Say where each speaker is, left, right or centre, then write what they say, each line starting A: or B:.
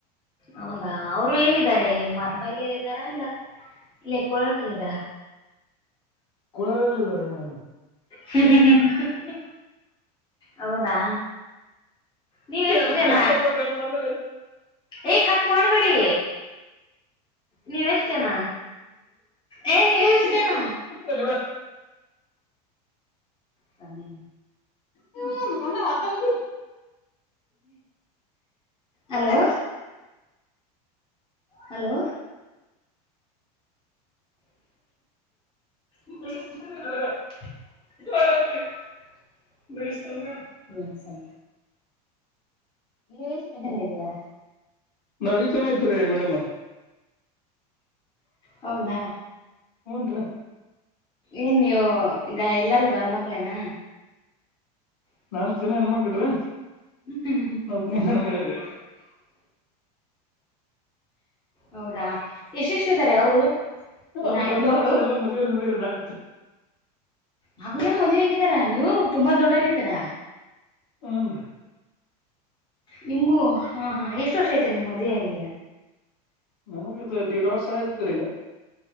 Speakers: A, on the left; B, on the left.
A: ಹೌದಾ ಅವ್ರು ಎಲ್ಲಿದ್ದಾರೆ ಇಗ್ ಮರ್ ಮೇಲೆಲ್ಲ ಇದಾರ ಇಲ್ಲ. ಇಲ್ಲೇ ಕೋಲಾರ್ದಲ್ಲಿದ್ದಾರ.
B: ಕುಳದಲ್ ಇದ್ದಾರೆ ಮೇಡಮ್.
A: ಹ ಹ ಹ ಹೌದಾ ನೀವ್
B: ಏ
A: ಎಷ್ಟ್ಜನ
B: ನಕ್ ಬರ್ದ ಗಡ್ ಮಾಡ್ದ
A: ಏ ಕಟ್ ಮಾಡ್ ಬಡಿ ನೀವ್ ಎಷ್ಟ ಜನ ಏ ನೀವೆಷ್ಟ ಜನ.
B: ಅಲುವ
A: ತಾನೆ
B: ಹ್ಮ ನಮ್ ಮನೆಲ್ ಆತರದಿಲ.
A: ಹಲೋ ಹಲೋ <unintelligible> <unintelligible>
B: ನೀವೆಷ್ಟ್
A: ಮೆಮ್ ಸಂ
B: ನೀವ್ ಎಷ್ಟ್ ಜನ ಇದಿರಿ
A: ಇದ್ದೀರಾ
B: ನಾವ್ ಐದ್ ಜನ ಇದ್ರಿ ಮೇಡಮ್ ಅರೆ.
A: ಹೌದಾ
B: ಹ್ಞೂನ್ರಿ
A: ಏನ್ ನೀವು ಈಗ ಎಲ್ಲಾರೂ ಗಂಡ್ ಮಕ್ಳೇನ. <unintelligible>
B: ನಾಲ್ಕ್ ಜನ ಹೆಣ್ಮಕ್ಳ್ರಿ ನಾ ಒಬ್ನೇ ಗಂಡ ಮಗ ರೀ
A: ಹೌದಾ ಎಷ್ಟ್ ಎಷ್ಟಿದರೆ ಅವ್ರು
B: ಅವ್ರು
A: ನಾ
B: ದೊಡ್ಡೋರ್
A: ಹೆಣ್ಮಕ್ಳು
B: ಅದಾರ್ ಎಲ್ಲ ಮದ್ವೆಗ್ ಹೋಗ್ಯಾರಿ ನಾಲ್ಕು ಜನ
A: ಹಾಗು ಅದೇನ ಮದ್ವೆ ಆಗ್ ರಾ ನೀವು ತುಂಬಾ ದೊಡ್ಡರಿದ್ದೀರಾ.
B: ಹುನ್ರಿ
A: ನಿಮ್ಗೂ ಹಾ ಹಾ ಎಷ್ಟ ವರ್ಷ ಐತೆ ನಿಮ್ ಮದ್ವೇ ಆಗಿ.
B: ನಮ್ಗಿದ ದೀಡ್ ವರ್ಷ ಆಯ್ತರಿ ಈಗ.